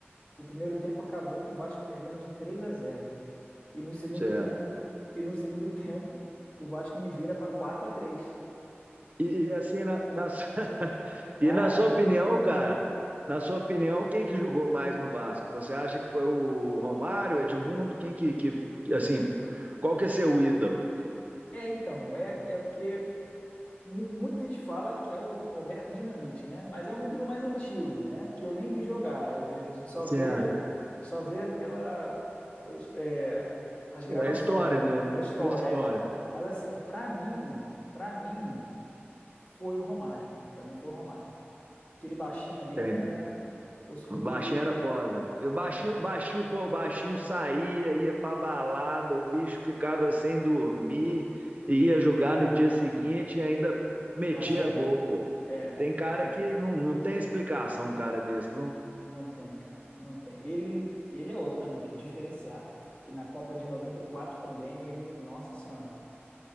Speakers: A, on the left; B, on the right.
A: O primeiro tempo acabou com o Vasco perdendo de três a zero E no segundo
B: Certo.
A: tempo, e no segundo <laughs> tempo, o Vasco me vira para quatro a três
B: E, e assim, na, na <laughs>
A: Cara,
B: e na sua opinião, cara, na sua opinião, quem que jogou mais no Vasco? Você acha que foi o Romário, o Edmundo? Quem que que, assim, qual que é seu ídolo?
A: é então, é, é porque mu- muita gente fala que é o Roberto Dinamite, né? Mas é um ídolo mais antigo, né? Que eu nem vi jogar. A gente só
B: Certo.
A: vê, só vê pela os- é, as gravações,
B: É história
A: né?
B: mesmo.
A: A história.
B: É história.
A: é. Mas assim, pra mim, para mim foi o Romário. Pra mim foi o Romário. Aquele baixinho ali
B: que Tem.
A: era osso
B: O
A: duro
B: baixinho
A: de roer.
B: era foda. E o baixinho,
A: Era.
B: o baixinho, pô, o baixinho saía, ia pra balada, o bicho ficava sem dormir, e ia jogar no dia seguinte e ainda metia
A: Fazia
B: gol,
A: gol.
B: pô.
A: É,
B: Tem cara
A: era.
B: que não, não tem explicação, um cara desse, não.
A: Não tem, cara. Não tem. Ele, ele é outro também, que é diferenciado. Que na Copa de 94 também, ele, nossa senhora,